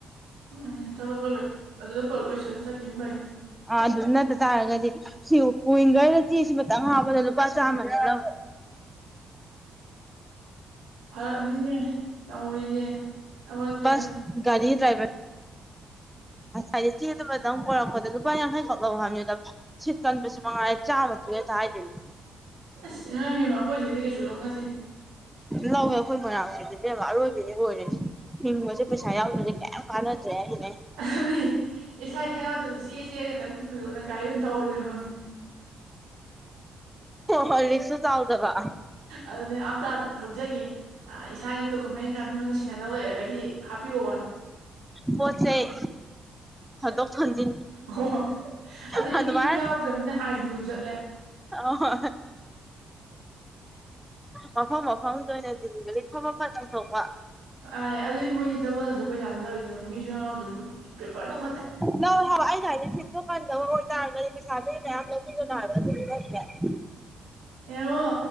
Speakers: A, on the right (about 80°); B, in the centre.
A: ꯍꯣꯏꯅꯦ ꯊꯕꯛꯀ ꯂꯣꯏ ꯑꯗꯨꯗ ꯄꯨꯂꯞ ꯂꯣꯏꯁꯤꯜꯂ ꯆꯠꯀꯦ ꯑꯃ ꯩꯅꯦ
B: ꯑꯥ ꯑꯗꯨ ꯅꯠꯇ ꯇꯥꯔꯒꯗꯤ ꯁꯤ ꯋꯤꯡꯒꯔꯗ ꯆꯦꯁꯤ ꯃꯇꯪ ꯍꯥꯞꯄꯗ ꯂꯨꯄꯥ ꯆꯥꯝꯃꯗ ꯂꯧꯋꯦ
A: ꯐꯔꯛꯅꯤꯅꯦ ꯇꯧꯔꯤꯁꯦ ꯊꯕꯛꯁꯦ
B: ꯑꯁ ꯒꯥꯔꯤ ꯗ꯭ꯔꯥꯏꯕꯔ ꯑꯁ ꯍꯥꯏꯗꯤ ꯆꯦꯗꯕꯗꯪ ꯄꯔꯛꯄꯗ ꯂꯨꯄꯥ ꯌꯥꯡꯈꯩꯈꯛ ꯂꯧ ꯍꯥꯅꯤꯗ ꯁꯤꯠ ꯀꯟꯕꯁꯨ ꯃꯉꯥꯏ ꯆꯥꯝꯃ ꯇꯨ ꯍꯦꯛꯇ ꯍꯥꯏꯗꯣꯏꯅꯦ
A: ꯑꯁ ꯏꯃꯥ ꯍꯦꯝꯃ ꯑꯩꯈꯣꯏꯁꯤꯗꯤ ꯀꯩꯁꯨ ꯂꯧꯅꯗꯦ
B: ꯂꯧꯋꯦ ꯑꯩꯈꯣꯏ ꯃꯅꯥꯅꯤꯅꯦꯕ ꯑꯔꯣꯏꯕꯤꯅꯤ ꯂ ꯑꯣꯏꯔꯁꯤꯦ ꯍꯤꯡꯕꯁꯦ ꯄꯩꯁꯥ ꯌꯥꯎꯗ꯭ꯔꯦ ꯀꯩꯌꯥꯝ ꯀꯥꯟꯅꯗ꯭ꯔꯦ ꯍꯥꯏꯅꯦ
A: ꯑꯗꯨꯗꯤ ꯏꯁꯥ ꯏꯁꯥ ꯌꯥꯎꯗꯕ ꯆꯦ ꯆꯦ ꯈꯛꯇꯪ ꯄꯨꯕꯤꯔꯛꯑꯣꯅ ꯒꯥꯔꯤ ꯑꯣꯏꯅ ꯊꯧꯕꯗꯨꯅ ꯐꯪꯗꯦ
B: ꯍ ꯂꯤꯁꯨ ꯆꯥꯎꯗꯕ
A: ꯑꯗꯨꯅꯦ ꯑꯞꯗꯥ ꯊꯧꯖꯒꯦ ꯏꯁꯥꯒꯤ ꯗꯣꯀꯨꯃꯦꯟ ꯃꯤꯉꯣꯟꯗ ꯁꯤꯅꯗꯧ ꯂꯩꯔꯒꯗꯤ ꯍꯥꯞꯄꯤꯔꯛꯑꯣꯅ
B: ꯄ ꯆꯩꯦ ꯊꯗꯣꯛ ꯊꯟꯖꯤ
A: ꯑꯣ ꯑꯗꯨꯗꯤ
B: ꯑ ꯑꯗꯨꯕꯥꯏ
A: ꯃꯤꯁꯨ ꯌꯥꯎꯗ꯭ꯔꯕꯅꯤꯅ ꯍꯥꯏ ꯍꯨꯝꯁꯨ ꯆꯠꯂꯦ
B: ꯑ ꯍ ꯃꯐꯝ ꯃꯐꯝꯗ ꯑꯣꯏꯅ ꯗꯤꯂꯤꯚꯔꯤ ꯊꯕꯛ ꯈꯔ ꯇꯧꯊꯣꯛꯄ
A: ꯑꯥꯦ ꯑꯗꯨꯗꯤ ꯃꯣꯏꯗꯤꯦ ꯗꯕꯜ ꯅꯟ꯭ꯔ ꯄꯩꯁꯥꯗ ꯂꯧꯔꯤꯁꯤ ꯌꯦꯉꯣ ꯅꯨ ꯃꯤꯁꯨ ꯌꯥꯉꯥꯎꯗ꯭ꯔ ꯄꯦꯄꯔꯗꯨꯝ
B: ꯂꯧꯋꯦ ꯍꯥꯏꯕ ꯑꯩꯩꯅ ꯍꯥꯏꯗꯤ ꯁꯤꯠꯇꯣ ꯀꯟꯗꯕ ꯑꯣꯏ ꯇꯥꯔꯒꯅꯤ ꯄꯩꯁꯥꯗꯨ ꯃꯌꯥꯝ ꯂꯧꯕꯤꯗꯅ ꯍꯥꯏꯕ ꯑꯗꯨ ꯂꯧꯦ
A: ꯑꯦꯉ